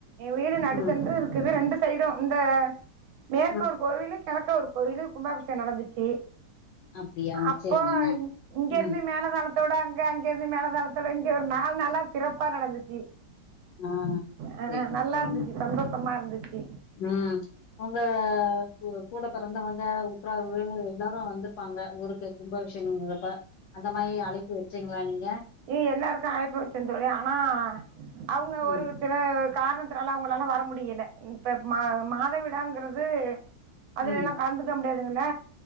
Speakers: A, on the right; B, on the left.
A: எ வீடு நடு
B: ம்
A: சென்று இருக்குது ரெண்டு சைடு இந்த மேற்க
B: ம்
A: ஒரு கோவிலு கெழக்க ஒரு கோவிலு கும்பாபிஷேகோ நடந்துச்சு
B: அப்டியா
A: அப்போ
B: சரிங்க
A: இங்க
B: ம்
A: இருந்தே மேல தாள தோட அங்க அங்க இருந்து மேலதாளத்தோட இங்க ஒரு நாலு நாளா சிறப்பா நடந்துச்சு
B: ஆ
A: அ
B: சரிங்க
A: நல்லா
B: சரிங்க
A: இருந்துச்சு சந்தோஷமா இருந்துச்சு
B: ம் உங்க கு கூட பிறந்தவங்க உற்றார் உறவினர்கள் எல்லாரு வந்திருப்பாங்க ஊருக்கு கும்பாபிஷேகங்கிறப்ப அந்த மாரி அழைப்பு வெச்சீங்களா நீங்க
A: ஏ எல்லாருக்கு அழைப்பு வச்சே தோழி ஆனா அவுங்க
B: ம்.
A: ஒரு சில காரணத்துனால அவுங்களால வர முடியல இப்ப மா மாதவிடாங்கிறது அதுல
B: ம்.
A: எல்லா கலந்துக்க முடியாதுங்கள்ல